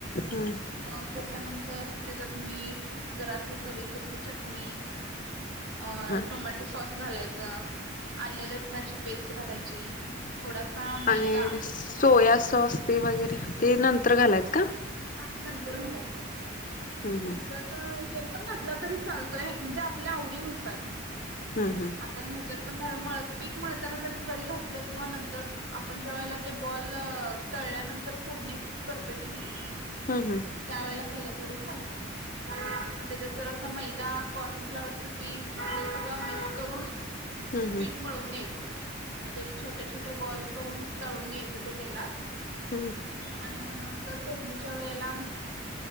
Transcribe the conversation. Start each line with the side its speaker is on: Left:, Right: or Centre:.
Left: हम्म
Right: मग तेच्यानंतर त्यांच्यात मीठ, जरासं चवीपुरती चटणी. अ
Left: हा
Right: टोमॅटो सॉस घालायचा, आलं लसणाची पेस्ट घालायची. थोडासा मैदा
Left: आणि सोया सॉस ते वगैरे ते, नंतर घालायच कां.
Right: हा ते नंतर घालायचं,
Left: हम्म हम्म
Right: तुमच ह्याच्यात पण घातला तरी चालतोय म्हणजे आपल्या आवडीनुसार
Left: हम्म हम्म..
Right: आपण ह्याच्यात पण पीठ मळताना त्यात जरी घातलं किंवा नंतर आपण ज्या वळेला ते बॉल तळल्यानंतर फोडणी करतोय कणी.
Left: हम्म हम्म‌.
Right: त्यावेळेला केलं तरी चालतंय. मग तेच्यात जरा असं मैदा, कॉर्नफ्लावरच पीठ हे सगळं मिक्स करून.
Left: हम्म
Right: पीठ
Left: हम्म
Right: मळून घ्यायचं. मग त्यांचे छोटे छोटे बॉल्स करून, तळून घ्यायचं तेलात.
Left: हम्म.
Right: आणि मग नंतर फोडणीच्या वेळेला.